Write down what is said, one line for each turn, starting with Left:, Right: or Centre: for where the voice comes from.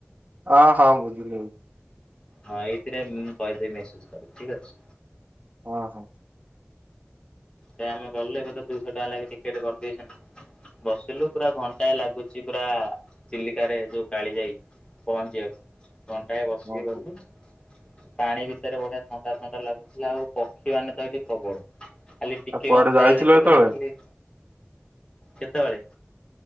Right: ହଁ, ହଁ ବୁଝୁ
Left: ହଁ, ଏଇଥିରେ <unintelligible> ଠିକ ଅଛି।
Right: ଓହୋ!
Left: ସେ ଆମେ ଗଲେ ଏବେ ତ ଦୁଇଶହ ଟଙ୍କା ଲାଗି ଟିକେଟ କରିଦେଚନ୍ତି। ବସିଲୁ ପୁରା ଘଣ୍ଟାଏ ଲାଗୁଛି ପୁରା ଚିଲିକାରେ ଯୋଉ କାଳିଜାଇ। ପହଞ୍ଚିବାକୁ ଘଣ୍ଟାଏ ବସିକି
Right: ହଁ
Left: ଗଲୁ
Right: ହଁ।
Left: ପାଣି ଭିତରେ ବଢିଆ ଥଣ୍ଡା ଥଣ୍ଡା ଲାଗୁଥିଲା ଆଉ ପକ୍ଷୀ ମାନେ ତ ହେଠି ପ୍ରବଳ। ଖାଲି ଟିକେ
Right: ଆଉ କୁଆଡେ
Left: କଣ ଖାଇବା
Right: ଯାଇଥିଲ
Left: ଦେଖେଇଦେଲେ
Right: ସେତେବେଳେ?
Left: ଖାଲି କେତେବେଳେ?